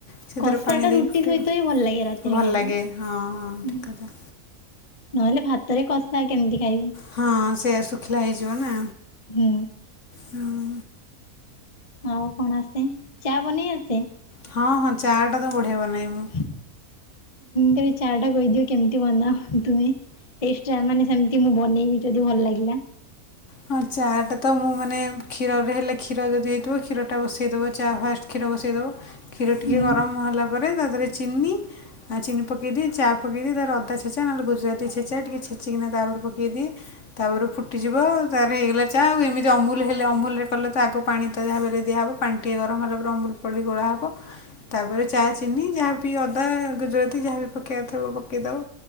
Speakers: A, on the left; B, on the left.
A: ସେଥିରେ
B: କଷାଟା
A: ପାଣି ଦେଇକି
B: ରୁଟି
A: ଫୁଟେଇବା
B: ସହିତ ହିଁ ଭଲ ଲାଗେ ରାତିରେ
A: ଭଲ
B: ଖାଇବା।
A: ଲାଗେ ହଁ ହଁ
B: ହୁଁ।
A: ଠିକ କଥା।
B: ନହେଲେ ଭାତରେ କଷା କେମିତି ଖାଇବୁ?
A: ହଁ ସେଇଆ ଶୁଖିଲା ହେଇଯିବ ନା।
B: ହୁଁ।
A: ହୁଁ।
B: ଆଉ କଣ ଆସେ ଚା ବନେଇ ଆସେ?
A: ହଁ ହଁ ଚା ଟା ତ ବଢ଼ିଆ ବନାଏ ମୁଁ।
B: ହଁ ତେବେ ଚା ଟା କହିଦିଅ କେମିତି ବନାଅ ତୁମେ? ସେଇ ଚା ମାନେ ସେମ କି ମୁଁ ବନେଇବି ଯଦି ଭଲ ଲାଗିଲା।
A: ହଁ ଚା ଟା ତ ମୁଁ ମାନେ କ୍ଷୀରରେ ହେଲେ କ୍ଷୀର ଯଦି ହେଇଥିବ କ୍ଷୀରଟା ବସେଇଦେବ ଚା ଫାଷ୍ଟ। କ୍ଷୀର ବସେଇଦବ କ୍ଷୀର ଟିକେ
B: ହୁଁ
A: ଗରମ ହେଲା ପରେ ତା ଦେହରେ ଚିନି ଆ ଚିନି ପକେଇଦିଏ ଚା ପକେଇଦିଏ ତାପରେ ଅଦା ଛେଚା ନହେଲେ ଗୁଜୁରାତି ଛେଚା ଟିକେ ଛେଚିକିନା ତାପର ପକେଇଦିଏ। ତାପରେ ଫୁଟିଯିବ। ତାପରେ ହେଇଗଲା ଚା ଆଉ। ଏମିତି ଅମୁଲ ହେଲେ ଅମୁଲରେ କଲେ ତ ଆଗ ପାଣି ତା ଭାବରେ ଦିଆହେବ ପାଣି ଟିକିଏ ଗରମ ହେଲା ପରେ ଅମୁ ଳି ଗୋଳା ହେବ। ତା ପରେ ଚା ଚିନି ଯାହାବି ଅଦା ଗୁଜୁରାତି ଯାହାବି ପକେଇବାର ପକେଇଦବ।